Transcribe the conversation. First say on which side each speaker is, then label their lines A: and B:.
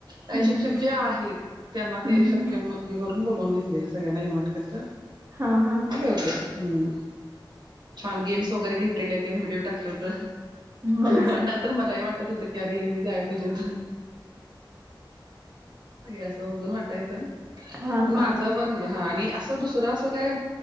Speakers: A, on the right; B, on the right.
A: काही
B: हं,
A: शिक्षक
B: हं.
A: जे आहेत त्यांना ते
B: हं, हं.
A: शक्य मग हे करून बोलवून घेतलेलं सगळ्यांना इनव्हाट केलंत
B: हा हा
A: हम्म छान गेम्स वगैरे घेतलेले ते व्हिडिओ टाकलंत
B: हो.
A: पण नंतर मलाही वाटत होतं की अरे मी जाय पाहिजे होत असं बघून वाटायचं
B: हां,
A: पण
B: हां.
A: माझ पण हा आणि असं दुसरं असं काय